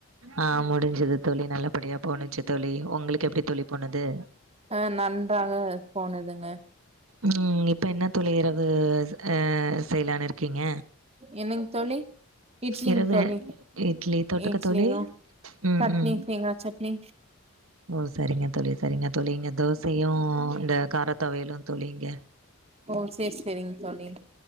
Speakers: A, on the right; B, on the right.
A: அ முடிஞ்சுது தொழி நல்லபடியா போணுச்சு தோழி ஒங்குளுக்கு எப்பிடி தோழி போனுது
B: அ நன்றாக போனதுங்க
A: ம் இப்ப என்ன தோழி இரவு அ செய்லான் இருக்கீங்க
B: என்னங் தோழி இட்லிங்
A: இரவு
B: தோழி
A: இட்லி தொட்டுக்க
B: இட்லியு
A: தோழி ம்
B: சட்னி
A: ம்
B: தேங்காச்சட்னி
A: ஓ சரிங்க தோழி சரிங்க தோழி இங்க தோசையு இந்த காரத் தொவையலு தோழி இங்க
B: ஓ செர் செரிங் தோழி